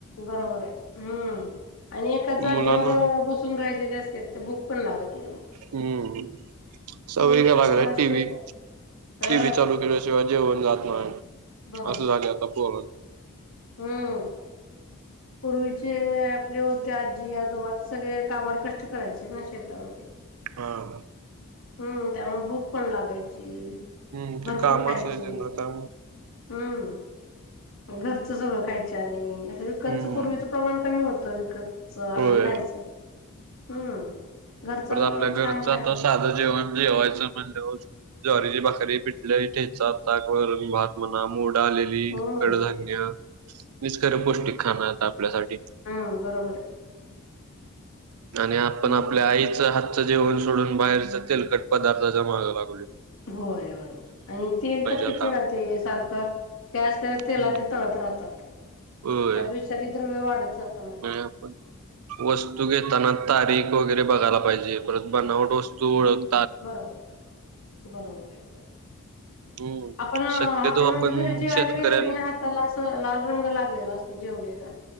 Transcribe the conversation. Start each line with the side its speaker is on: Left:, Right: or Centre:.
Left: बरोबर आहे हम्म आणि एकाच जागेवर
Right: मुलांना
Left: बसून राहिलेले असते ते बुक पण लागत नाही मग
Right: हम्म सळी
Left: पूर्वीच
Right: ग लाग
Left: कसं शेतात
Right: टी वी
Left: हा
Right: टी व्ही चालू केल्याशिवाय जेवण जात नाही
Left: बरोबर
Right: असं झागे
Left: आहे
Right: आता ब
Left: हम्म पूर्वीचे होते आजी आजोबा ते सगळे काबड कष्ट करायचे ना शेतामध्ये
Right: हा
Left: हम्म त्यामुळे भूक पण लागायची
Right: हम्म
Left: भरपूर
Right: ते कामच
Left: खायची
Right: आहे त्यांनाता
Left: हम्म घरचं सगळं खायच आणि असं विकतच
Right: हम्म
Left: पूर्वीचं प्रमाण कमी होतं विकत च आणलून
Right: होय
Left: खायचं हम्म घरचं
Right: परत
Left: असल्यामुळे
Right: आपल्या घरचा
Left: छान खायला
Right: तर साधं जेवण जेवायचं म्हणलं होत ज्वारीची भाकरी पिटले ठेचा ताकवर भात म्हणा मोडा आले
Left: हम्म
Right: कडधान्य विच खरे पौष्टिक खाण आहेत आपल्यासाठी
Left: ह बरोबर आहे
Right: आणि आपण
Left: हम्म
Right: आपल्या आईच हातचं जेवण सोडून बाहेरच तेलकट पदार्थ जमाग लागले
Left: होय आणि तेल तर किती
Right: आता.
Left: वेळ ते सारखं त्यास त्या तेला
Right: हम्म.
Left: ते तळत राह त्याद
Right: होय
Left: विषारी द्रव्य वाढत जातं मग.
Right: आपण वस्तू घेताना तारीख वगैरे बघायला पाहिजे परत बनावट वस्तू ओळख
Left: बरोबर आहे बरोबर आहे बरोबर
Right: हम्म
Left: आपण
Right: शक्यतो
Left: हॉटेलमध्येध्ये
Right: आपण
Left: जरी जेवायला
Right: शेतकऱ्यां
Left: गेलो की नाही त्याला अस लाल रंग लागलेला असत जेवलेला